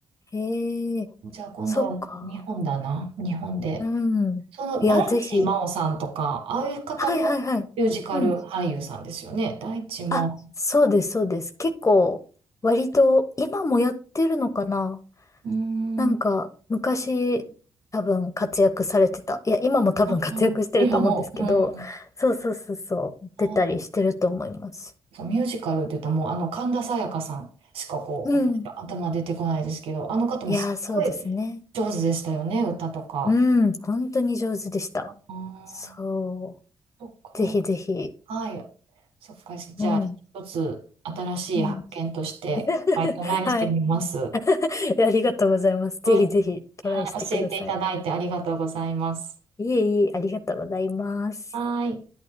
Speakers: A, on the left; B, on the right.
A: へえ、
B: じゃあ今度は日本だな、
A: そっか。
B: 日本で。
A: うん。
B: その大地真央さんとか、
A: いや、ぜひ。
B: ああいう方もミュージカル俳優さんですよね。
A: はいはいはい。うん。
B: 大地真央。
A: あ、そうです、そうです。結構、割と、今もやってるのかな
B: うー
A: なんか、
B: ん。
A: 昔、多分活躍されてた。いや、今も多分活躍してると思うんですけど、
B: あー今も、うん。
A: そうそうそうそう、
B: あ
A: 出たりしてると思います。
B: そう、ミュージカルって言ったらもうあの神田沙也加さんしかこう私は頭出てこないですけど、
A: うん。
B: あの方もすごい
A: いやー、そうですね。
B: 上手でしたよね、歌とか。
A: うん、本当に上手でした。
B: あ
A: そ
B: ーそっか。
A: う。ぜひぜひ。
B: はい。そっか。じゃあ、
A: うん。
B: 一つ新しい発見として、
A: うん。<laughs>
B: はい、トライしてみます。
A: はい。<laughs> ありがとうございます。ぜひぜひトライしてください。
B: はい、はい教えていただいてありがとうございます。
A: いえいえ、ありがとうございます。
B: はい。